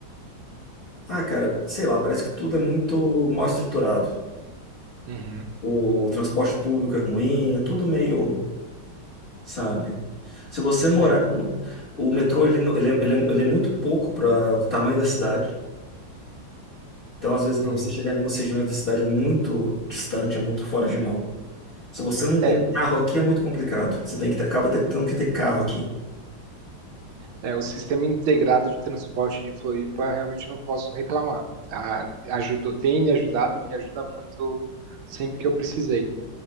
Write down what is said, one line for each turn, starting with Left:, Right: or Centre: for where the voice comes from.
Left: Ah, cara, sei lá, parece que tudo é muito mal estruturado.
Right: uhum.
Left: O transporte público é ruim, é tudo meio, sabe? Se você
Right: Entendo.
Left: morar no... O metrô, ele, não- ele, é, ele é ele é muito pouco para o tamanho da cidade. Então, às vezes, para
Right: Uhum.
Left: você chegar em algumas regiões da cidade é muito distante, é muito fora de mão. Se você não
Right: É,
Left: tem carro aqui, é muito complicado. Você tem que ter- acaba te- tendo que ter carro aqui.
Right: É, o sistema integrado de transporte de Floripa, realmente não posso reclamar. A- ajudou, tem me ajudado e me ajuda muito sempre que eu precisei.